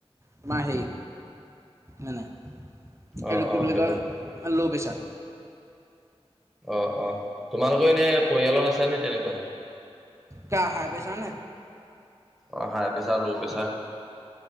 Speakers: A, on the right; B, in the centre.
A: তোমাৰ হেৰি মানে।
B: অ
A: এইটো কি
B: অ
A: বুলি
B: সেইটো।
A: কয় ল' প্ৰেছা
B: অ অ তোমালোকৰ এনে পৰিয়ালত আছ নি তেনেকুৱা
A: কা হাই পেছা নে
B: অ high pressure, low pressure.